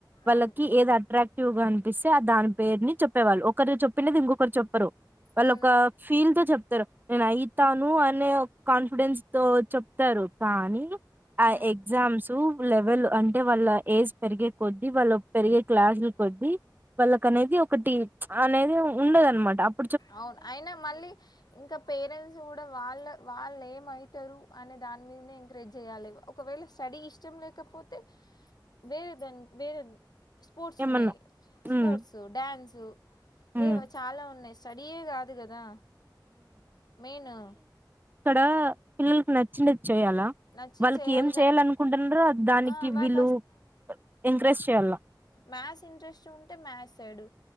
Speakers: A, on the right (about 25°); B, on the left (about 60°).
A: వాళ్ళకి
B: అవును
A: ఏది అట్రాక్టివ్ గా అనిపిస్తే దాని పేరుని చెప్పేవాళ్ళు ఒకరు చెప్ చెప్పిండేది ఇంకొకరు చొప్పరు వాళ్ళు
B: అవును
A: ఒక ఫీల్ తో చొప్తారు నేను అయిత్ తాను అనే కాన్ఫిడెన్స్ తో చెప్తారు కానీ ఆ
B: ఉమ్.
A: ఎగ్జామ్స్ టూప్ లెవెలు అంటే వాళ్ళ ఏజ్ పెరిగే కొద్దీ వాళ్ళ పెరిగే క్లాస్లు కొద్దీ వాళ్ళకనేది ఒకటి అనేది ఉండదనమాట అప్
B: అవును అయినా మళ్ళీ ఇంకా పేరెంట్స్ కూడా వాళ్ళ వాళ్ అసలేమ్ అవుతారు అనే దాని మీదనే ఎంకరేజ్ చేయాలి ఒకవేళ స్టడీ ఇష్టం లేకపోతే. వేరేదన్క్ వేరే స్పోర్ట్స్
A: ఏమన్నా
B: ఉన్నాయ్ స్పోర్ట్సు
A: ఉమ్
B: డ్యాన్సు లేవా
A: ఉమ్
B: చాలా ఉన్నాయ్ స్టడీయె కాదు కదా మెయిను
A: తడ పిల్లలకు నచ్చిండేది చేయాలా
B: నచ్చింది
A: వాళ్ళకి
B: చేయాలి
A: ఏం చేయ్యాలనుకుంటున్నారో
B: కానీ
A: దానికి
B: ఆ వాళ్
A: వీళ్ళు ఎంకరేజ్ చేయ్యాలా.
B: మ్యాస్ ఇంట్రెస్ట్ ఉంటే మ్యాస్ సైడు